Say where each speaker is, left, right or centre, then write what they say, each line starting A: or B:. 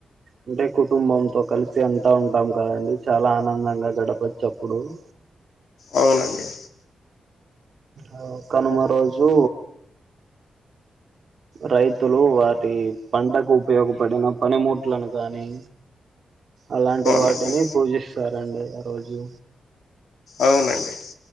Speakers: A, on the right; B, on the left.
A: అంటే కుటుంబంతో కలిసి అంతా ఉంటాం కదండి చాలా ఆనందంగా గడపచ్చు అప్పుడు <inaudible>
B: అవునండి.
A: ఆ కనుమ రోజు రైతులు వాటి పంటకు ఉపయోగపడిన పనిముట్లను కానీ అలాంటి
B: అవునండి
A: వాటిని పూజిస్తారండి ఆ రోజు
B: అవునండి.